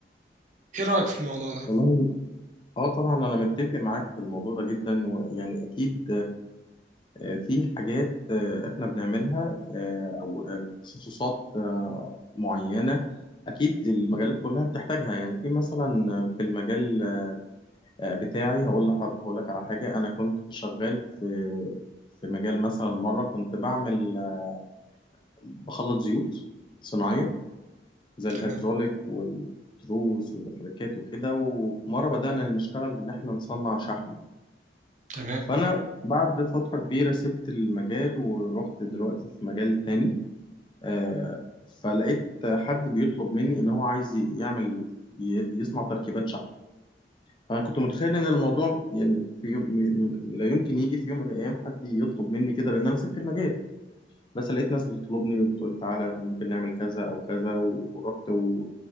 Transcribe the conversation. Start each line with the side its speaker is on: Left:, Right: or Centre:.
Right: ايه رايك في الموضوع ده
Left: والله اه طبعا انا متفق معاك في الموضوع ده جدا ويعني اكيد آه، في حاجات آه، احنا بنعملها آه، او أو تخصصات آه، معينه اكيد المجالات كلها بتحتاجها يعني في مثلا آه، في المجال آه، بتاعي هقول لك هقول لك على حاجه انا كنت شغال في في مجال مثلا مره كنت بعمل آه، بخلط زيوت صناعيه زي الهيدروليك
Right: تمام
Left: والتروس والمحركات وكده ومره بدانا نشتغل ان احنا نصنع شحم
Right: تمام
Left: فانا بعد فتره كبيره سبت المجال ورحت دلوقتي في مجال تاني آه، فلقيت حد بيطلب مني ان هو عايز ي- يعمل ي- يصنع تركيبات شحن فانا كنت متخيل ان الموضوع يعني في يوم م- م- لا يمكن يجي في يوم من الايام حد يطلب مني كده لان انا سبت المجال بس لقيت ناس بتطلبني وبتقول لي تعالى ممكن نعمل كذا او كذا ورحت و...